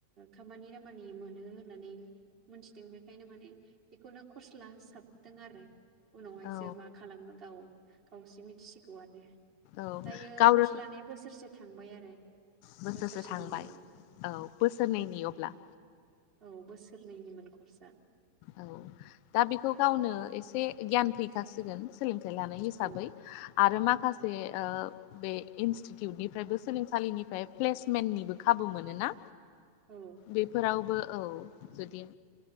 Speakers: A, on the right; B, on the left.
A: खामानि दामानि मोनो होननानै मोनथिदों बेखायनो माने बेखौनो कर्स लाहोसाबदों आरो उनावहायसो
B: औ
A: मा खालामो गाव गावसि मिथिसिगौ आरो।
B: औ
A: दायो
B: गाव
A: कर्स
B: रों
A: लानाया बोसोरसे थांबाय आरो
B: बोसोरसो
A: बोसोरसे
B: थांबाय
A: दंबावो
B: औ बोसोरनैनि अब्ला
A: औ बोसोरनैनिमोन कर्साआ
B: औ दा बेखौ गावनो एसे गियान फैखासिगोन सोलोंथाइ लानाय हिसाबै
A: औ
B: आरो माखासे ओ बे इनस्टिटिउटनिफ्रायबो सोलोंसालिनिफ्राय प्लेसमेन्टनिबो खाबु मोनोना?
A: औ
B: बेफोरावबो औ जुदि